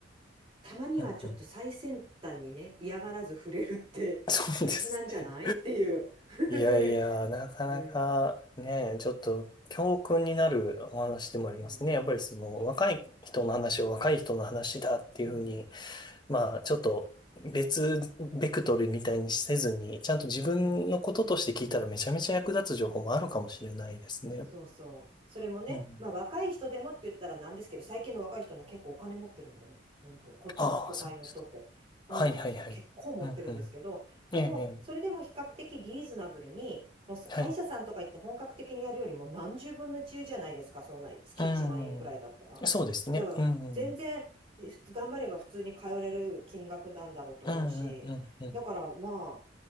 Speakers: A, on the right (about 30°); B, on the left (about 25°).
A: たまにはちょっと最先端にね、
B: うんうん
A: 嫌がらず触れるって大事なんじゃないっていう
B: <laughs> そうですね。
A: <laughs>
B: いやいや、なかなかね、
A: うん、
B: ちょっと教訓になるお話でもありますね。
A: うん、
B: やっぱりその若い人の話を若い人の話だっていうふうに、
A: うん、
B: まあちょっと別ベクトルみたいにせずに、ちゃんと自分のこととして聞いたらめちゃめちゃ役立つ情報もあるかもしれないですね。
A: うん。そうそう。それもね、
B: うん。
A: まあ若い人でもって言ったらなんですけど、最近の若い人ね、結構お金持ってるんでね、本当こっちの都会の人って、
B: ああ、そうですか。
A: そうなんですよ。
B: はいはいはい。
A: 結構持ってるんですけど、
B: うんうん。
A: でも、
B: ええ、え
A: それでも比較的リーズナブルに、もう歯医者さんとか行って本格的にやるよりも何十分のいちじゃないですか、
B: えはい。
A: そんな月1万円くらいだったら。
B: うんうん。そうですね。
A: だから、
B: うんうん。
A: 全然、え頑張れば普通に通れる金額なんだろうと思うし、
B: うんうんうんうん。
A: だからまあ、